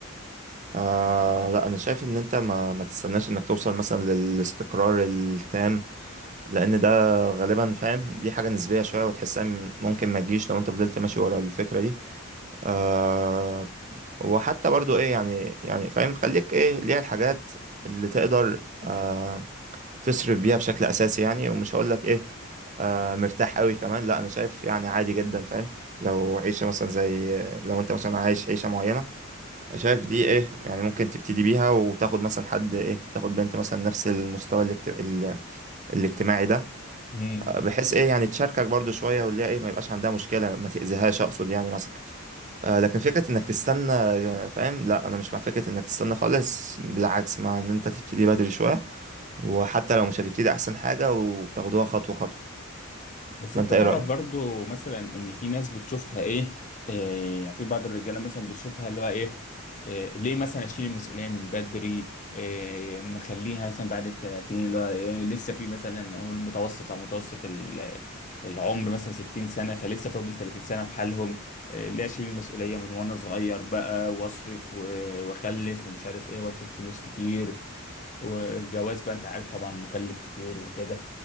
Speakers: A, on the right; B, on the left.
A: آه لا انا شايف ان انت ما ما تستناش انك توصل مثلا للاستقرار التام لان ده غالبا فاهم دي حاجة نسبية شوية وتحسها م- ممكن ما تجيش لو انت فضلت ماشي ورا الفكرة دي آه وحتى برضو ايه يعني يعني فاهم خليك ايه ليها الحاجات اللي تقدر آه تصرف بيها بشكل اساسي يعني ومش هقول لك ايه آه مرتاح قوي كمان لا انا شايف يعني عادي جدا فاهم لو عيشة مثلا زي لو انت مثلا عايش عيشة معينة شايف دي ايه يعني ممكن تبتدي بيها وتاخد مثلا حد ايه تاخد بنت مثلا نفس المستوى الاجت... ال- الاجتماعي ده
B: امم
A: بحيث ايه يعني تشاركك برضو شوية واللي هي ايه ما يبقاش عندها مشكلة ما تأذيهاش اقصد يعني مثلا آه لكن فكرة انك تستنى آه، فاهم لا انا مش مع فكرة انك تستنى خالص بالعكس مع ان انت تبتدي بدري شوية وحتى لو مش هتبتدي احسن حاجة وتاخدوها خطوة خطوة
B: بس
A: ده
B: انت
A: انت
B: تعرف
A: ايه رأيك؟
B: برضو مثلا ان في ناس بتشوفها ايه, إيه يعني في بعض الرجاله مثلا بتشوفها اللي هو ايه, إيه ليه مثلا اشيل المسؤوليه من بدري إيه ما نخليها مثلا بعد ال 30 اللي هو إيه لسه في مثلا اقول متوسط لو متوسط ال- العمر مثلا 60 سنه فلسه فاضل 30 سنه بحالهم إيه ليه اشيل المسؤوليه من وانا صغير بقى واصرف و- واخلف ومش عارف ايه واصرف فلوس كتير والجواز بقى انت عارف طبعا مكلف كتير وكده